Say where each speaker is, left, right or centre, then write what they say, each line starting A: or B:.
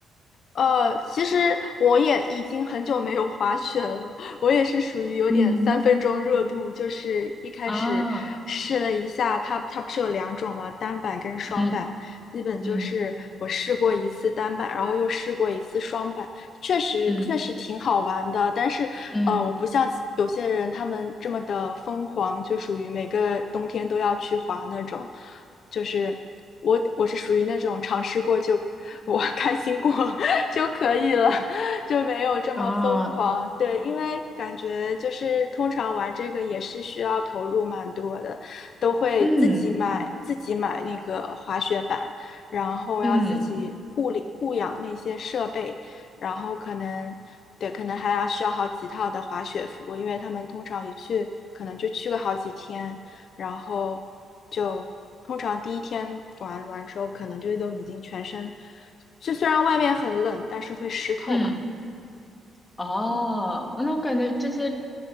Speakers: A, on the left (about 60°); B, on the left (about 20°).
A: 呃，其实我也已经很久没有滑雪了，我也是属于有点三分钟热度，
B: 嗯
A: 就是一开始试了一下，
B: 啊，
A: 它它不是有两种嘛，单板跟双板，
B: 嗯
A: 基本就是我试过一次单板，
B: 嗯
A: 然后又试过一次双板，确实确实挺好玩的，
B: 嗯
A: 但是呃，
B: 嗯
A: 我不像有些人他们这么的疯狂，就属于每个冬天都要去滑那种，就是我我是属于那种尝试过就我 <laughs> 开心过 <laughs> 就可以了，就没有这么疯狂。
B: 啊，
A: 对，因为感觉就是通常玩这个也是需要投入蛮多的，都会自己买自己买那个滑雪板。
B: 嗯
A: 然后要自己护理护养那些设备，
B: 嗯
A: 然后可能对，可能还要需要好几套的滑雪服，因为他们通常一去可能就去个好几天，然后就通常第一天玩完之后，可能就都已经全身，就虽然外面很冷，但是会湿透吧。
B: 嗯哦，那我感觉这些，